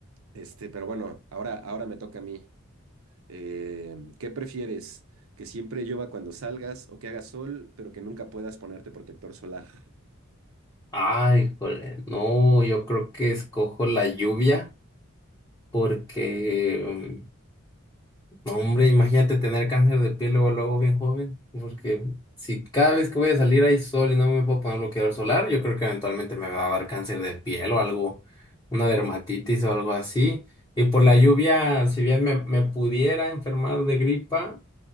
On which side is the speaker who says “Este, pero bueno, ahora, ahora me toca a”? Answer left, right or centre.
Right